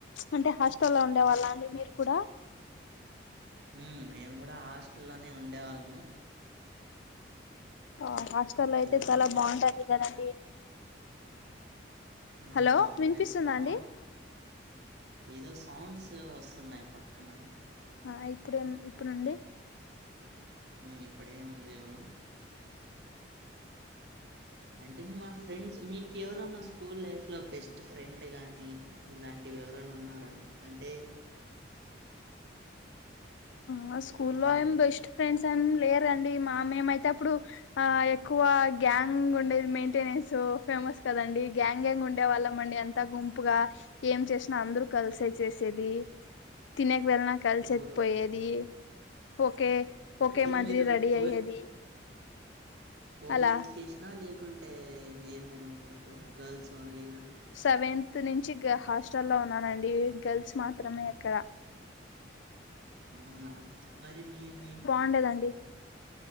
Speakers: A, on the left; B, on the right.
A: అంటే హాస్టల్ లో ఉండే వాళ్ళ అండి మీరు కూడా
B: ఉమ్ మేము కూడా హాస్టల్లోనే ఉండేవాళ్ళము
A: ఆ హాస్టల్ అయితే
B: హలో
A: చాలా బాగుంటాది కదండి
B: ఆ
A: హలో
B: అవునండి
A: వినిపిస్తుందా
B: బాగుంట
A: అండి
B: ఏదో సౌండ్స్ వస్తున్నాయి పక్కన
A: ఆ ఇప్పుడేం ఇప్పుడు అండి
B: ఉమ్ ఇప్పుడేం లేవు అంటే మా ఫ్రెండ్స్ మీకు ఎవరో నా స్కూల్ లైఫ్ లో బెస్ట్ ఫ్రెండ్ కానీ ఇలాంటివి ఎవరైనా ఉన్నారా అంటే
A: మా స్కూల్లో
B: హలో
A: ఏం బెస్ట్ ఫ్రెండ్స్ ఏమి లేరండి మా మేమైతే అప్పుడు ఆ ఎక్కువ గ్యాంగ్ ఉండేది మెయింటెనెన్స్ ఫేమస్ కదండి గ్యాంగ్ గ్యాంగ్ ఉండే వాళ్ళం అండి అంత గుంపుగా ఏం చేసినా అందరు కలిసే చేసేది తినేకి వెళ్ళినా కలిసేకి
B: ఓ
A: పోయేది ఓకే ఒకే
B: అంటే
A: మాదిరి
B: మీరు
A: రెడీ
B: కో
A: అయ్యేది
B: కో
A: అలా
B: ఎడ్యుకేషనా లేకుంటే ఏందండి మీకు గర్ల్స్ ఓన్లీనా
A: సెవెన్త్ నుంచి హాస్టల్ లో ఉన్నానండి గర్ల్స్ మాత్రమే అక్కడ
B: అవునా మరి మీ మీ.
A: ఉండేది అండి.